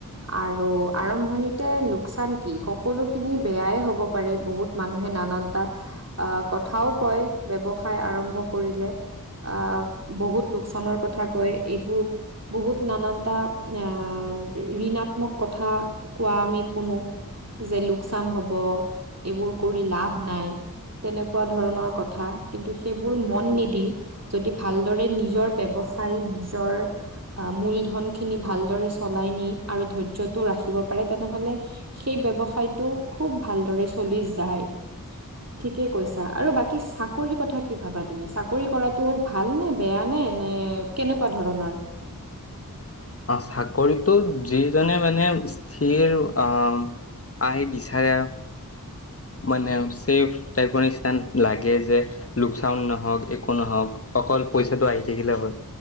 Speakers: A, on the right; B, on the left.
A: আৰু আৰম্ভণিতে লোকচান কি সকলো,। খিনি বেয়াই হ'ব পাৰে বহুত মানুহে নানানটা আ কথাও কয় ব্যৱসায় আৰু,। আৰম্ভ কৰিলে,। আহ বহুত লোকচানৰ কথা কয় এইবোৰ বহুত নানানটা আহ,। ঋণাত্মক কথা কোৱা আমি শুনো যে,। লোকচান হ'ব, এইবোৰ কৰি লাভ নাই, তেনেকুৱা ধৰণৰ কথা কিন্তু সেইব,। সাইবোৰ মন নিদি যদি ভাল দৰে নিজৰ ব্যৱসায় নিজৰ মূলধন। খিনি ভালদৰে চলাই নি আৰু ধৈৰ্যতটো ৰাখিব পাৰে তেনেহলে সেই ব্যৱসায়। খুব ভালদৰে চলি যায়। ঠিকে কৈছা আৰু বাকী চাকৰি কথা কি ভাবা তুমি চাকৰি কৰাতটো হ ভাল নে বেয়া নে এ। মানে কেনেকুৱা ধৰণৰ।
B: <unintelligible> অ চাকৰিটো যিজনে মানে স্থিৰ আহ। আহি বিচাৰে। মানে চেফ টাইপৰ লাগে যে লোকচাান নহওক। নহওক অকল পইচাটো আহি থাকিলে হ'ল